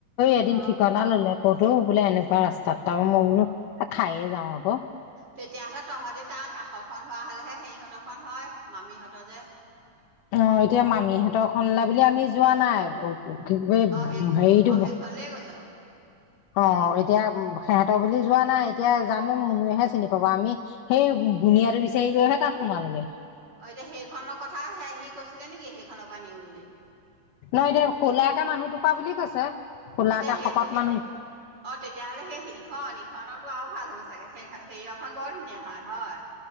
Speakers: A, on the left; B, on the right.
A: এদিন
B: অ
A: ঠিকনা ললে আকৌতো বোলে এনেকুৱা ৰাস্তাত তাৰ মই বোলো খাইে যাওঁ আৰু।
B: তেতিয়াহ'লে তহঁতি তাক কা ৰ খন হোৱা হ'লেহে সেইহঁতৰ খখন হয় মামীহঁতৰ যে।
A: অ এতিয়া মামীহঁতৰ খনলে। বুলি আমি যোৱা
B: অ
A: নাই কি
B: সেই
A: হেৰিটো।
B: অ সেইখনলে গৈছ
A: অ এতিয়া সিহঁতৰ বুলি যোৱা নাই এতিয়া জানো মহেহে চিনি পাবা আমি সেই। বুনিয়াটো বিচাৰি গৈহে তাত সোমালোগে।
B: অ এতিয়া সেইখনৰ কথা সি কৈছিলে নেকি সেইখনৰ পৰা নিওঁ বুলি।
A: নহ এতিয়া কলা এটা মানুহ টোপা বুলি কৈছে। কলাকে
B: এতিয়া সেইটো
A: শকত
B: সেই
A: মানুহ
B: অ তেতিয়াহলে সেই ইখন ইখনত টো আৰু ভাল হ'ব চাগে সেই হেৰিয়খন বৰ ধুনীয়া হয়।